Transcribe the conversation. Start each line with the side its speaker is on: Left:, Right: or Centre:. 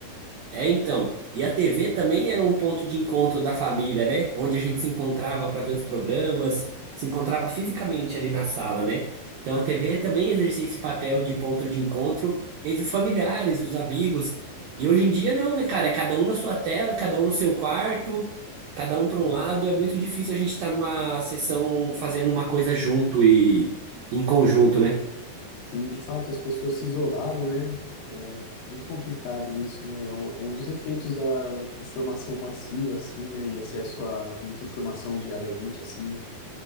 Right: É, então. E a TV também era um ponto de encontro da família, né? Onde a gente se encontrava para ver os programas, se encontrava fisicamente ali na sala, né? Então a TV também exercia esse papel de ponto de encontro entre os familiares, os amigos. E hoje em dia não, né, cara? É cada um na sua tela, cada um no seu quarto, cada um para um lado. É muito difícil a gente estar numa sessão fazendo uma coisa junto e em conjunto, né?
Left: Sim, de fato, as pessoas se isolaram, né? É muito complicado isso, né? É um, é um dos efeitos da informação massiva, assim, né? E acesso a muita informação diariamente, assim, né?